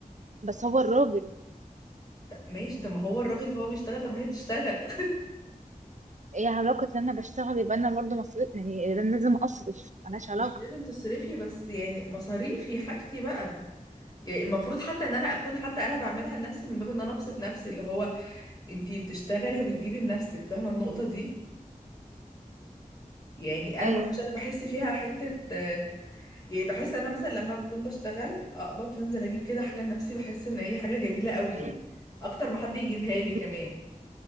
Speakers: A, on the right; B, on the left.
A: بس هو الراجل
B: طب ماشي طب ما هو الراجل فهو بيشتغل طب ما هي بتشتغل <laughs>
A: ايه علاقه ان انا بشتغل يبقى انا برضه مصرف يعني انا لازم اصرف ملهاش علاقه
B: مش لازم تصرفي بس يعني مصاريفي حاجتي بقى يعني المفروض حتى ان انا اكون حتى انا بعملها لنفسي من باب ان انا ابسط نفسي اللي هو انتي بتشتغلي وبتجيبي لنفسك فاهمة النقطة دي يعني انا
A: ايوه
B: ما اعرفش انا بحس فيها حته آه، يعني بحس انا مثلا لما بكون بشتغل اقبض فانزل اجيب كده حاجه لنفسي بحس ان هي حاجه جميله قوي
A: مم.
B: يعني اكتر ما حد يجيبها لي كمان
A: ماشي